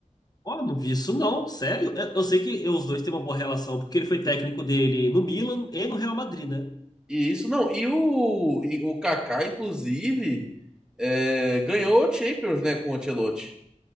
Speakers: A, on the left; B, in the centre.
A: Ó, não vi isso não, sério. Eu, eu sei que eu- os dois têm uma boa relação, porque ele foi técnico dele no Milan e no Real Madrid, né?
B: E isso não, e o, e o Kaká, inclusive, é, ganhou o Champions, né, com o Ancelotti.